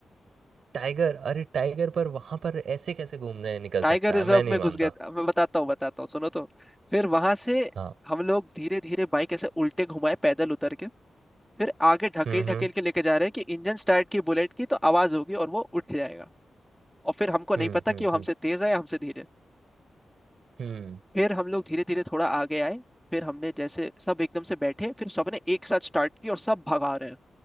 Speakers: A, on the right; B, in the centre.
A: टाइगर अरे टाइगर पर वहां पर ऐसे कैसे घूमने निकल
B: टाइगर
A: सकता
B: रिजर्व
A: है मैं नहीं
B: में घुस
A: मानता
B: गए थे। मैं बताता हूँ बताता हूँ सुनो तो फिर वहां से
A: हाँ
B: हम लोग धीरे धीरे बाइक ऐसे उल्टे घुमाए पैदल उतर के फिर आगे ढकेल
A: हम्म
B: ढकेल
A: हम्म
B: के लेके जा रहे हैं कि इंजन स्टार्ट की बुलेट की तो आवाज होगी और वो उठ जाएगा और फिर हमको नहीं
A: हम्म
B: पता
A: हम्म
B: कि वो हमसे
A: हम्म
B: तेज है या हमसे धीरे
A: हम्म,
B: फिर हम लोग धीरे धीरे थोड़ा आगे आए फिर हमने जैसे सब एकदम से बैठे फिर सबने एक साथ स्टार्ट की और सब भगा रहे हैं